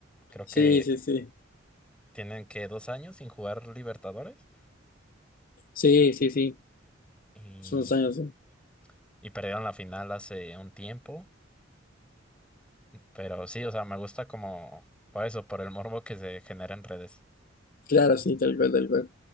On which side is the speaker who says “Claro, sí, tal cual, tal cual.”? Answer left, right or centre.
Left